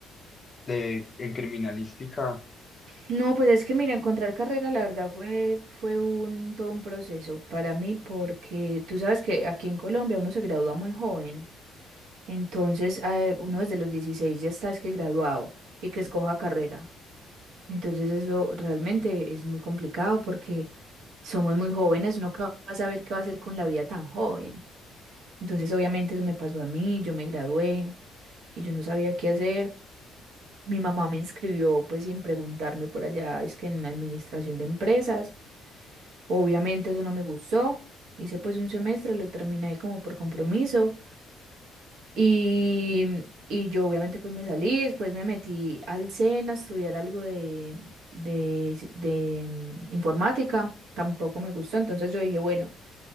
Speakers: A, on the left; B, on the right.
A: de, en criminalística
B: No, pues es que mira, encontrar carrera la verdad fue, fue un, todo un proceso para mí porque tú sabes que aquí en Colombia uno se gradúa muy joven, entonces eh, uno desde los 16 ya está es que graduado y que escoja carrera. Entonces eso realmente es muy complicado porque somos muy jóvenes, uno que va a saber qué va a hacer con la vida tan joven. Entonces obviamente eso me pasó a mí, yo me gradué y yo no sabía qué hacer. Mi mamá me inscribió pues sin preguntarme por allá, es que en la administración de empresas. Obviamente eso no me gustó. Hice pues un semestre, lo terminé como por compromiso y, y yo obviamente pues me salí, después me metí al SENA a estudiar algo de, de, de, mm, informática. Tampoco me gustó, entonces yo dije, bueno,